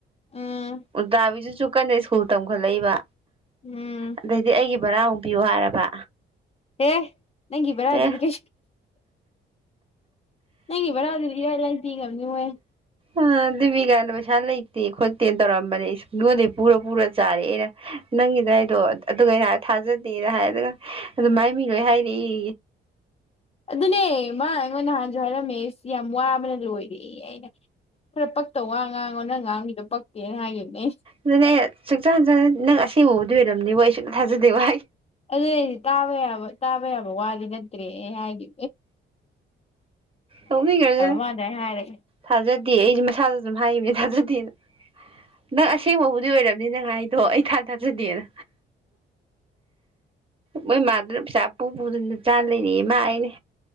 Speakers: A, on the left; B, on the right.
A: ꯎꯝ
B: ꯎꯗꯥꯕꯤꯗꯨꯁꯨ ꯀꯟꯅ ꯁ꯭ꯀꯨꯜ ꯇꯝꯈꯠꯂꯛꯏꯕ
A: ꯎꯝ
B: ꯑꯗꯗꯤ ꯑꯩꯒꯤ ꯕꯔꯥ ꯍꯡꯕꯤꯌꯨ ꯍꯥꯏꯔꯕ
A: ꯍꯦ ꯅꯪꯤꯕ꯭ꯔꯥꯖ
B: ꯑꯦ
A: ꯀ ꯅꯪꯕ ꯑꯗꯨꯂꯥꯏꯒ ꯅꯤꯉꯦ
B: ꯑ ꯑꯗꯨꯕꯤꯒꯥꯏꯅ ꯄꯩꯁꯥ ꯂꯩꯇꯦ ꯈꯣꯠꯇꯦꯅ ꯇꯧꯔꯝꯕꯅꯦ ꯅꯉꯣꯟꯗꯒꯤꯩ ꯄꯨꯔ ꯄꯨꯔ ꯆꯥꯔꯦꯑꯦ ꯑꯩꯅ ꯅꯪꯒꯤꯗ ꯑꯩꯗꯣ ꯑꯗꯨꯒ ꯑꯩꯅ ꯊꯥꯖꯗꯦꯅ ꯍꯥꯏ ꯑꯗꯨꯒ ꯑꯗꯨ ꯃꯥꯏ ꯃꯤ ꯂꯣꯏ ꯍꯥꯏꯔꯛꯏ
A: ꯑꯗꯨꯅꯦꯃ ꯑꯩꯉꯣꯟ ꯅꯍꯥꯟꯁꯨ ꯍꯥꯏꯔꯝꯃꯦ ꯁꯤ ꯌꯥꯝ ꯋꯥꯕꯅ ꯂꯣꯏꯔꯦ ꯑꯩꯅ ꯈꯔ ꯄꯛꯇ ꯋꯥ ꯉꯥꯡꯉꯣ ꯅꯪ ꯉꯥꯡꯈꯤꯗꯣ ꯄꯛꯛꯇꯦꯅ ꯍꯥꯏꯈꯤꯕꯅꯦ
B: ꯑꯗꯨꯅꯦ ꯁꯨꯡꯆꯥꯟ ꯍꯟ ꯅꯪ ꯑꯁꯦꯡꯕꯕꯨꯗꯤ ꯑꯣꯏꯔꯕꯝꯅꯤ ꯋꯥ ꯑꯩ ꯁꯁꯨꯨꯝ ꯊꯥꯖꯗꯦ ꯋꯥ
A: ꯑꯗꯨꯅ ꯑꯩꯗꯤ ꯇꯥꯕ ꯌꯥꯕ ꯇꯥꯕ ꯌꯥꯕ ꯋꯥꯗꯤ ꯅꯠꯇ꯭ꯔꯦ ꯍꯥꯏꯒꯤ
B: ꯂꯧꯅꯤꯡꯈ꯭ꯔꯁꯦ
A: ꯃꯥ ꯑꯗꯥꯏ ꯍꯥꯏꯔꯒ
B: ꯊꯥꯖꯗꯦ ꯑꯩꯁꯨ ꯃꯁꯥꯗ ꯑꯗꯨꯝ ꯍꯥꯏꯕꯅꯤ ꯊꯥꯖꯗꯦꯅ ꯅꯪ ꯑꯁꯦꯡꯕꯕꯨꯗꯤ ꯑꯣꯏꯔꯕꯅꯤ ꯅꯪ ꯍꯥꯏꯥꯏꯗꯣ ꯑꯩ ꯊꯥ ꯊꯥꯖꯗꯦꯅ ꯃꯣꯏ ꯃꯥꯗꯨꯅ ꯄꯩꯁꯥ ꯄꯨ ꯄꯨꯗꯅ ꯆꯥ ꯂꯩꯅꯤ ꯃꯥ ꯍꯥꯏꯅꯦ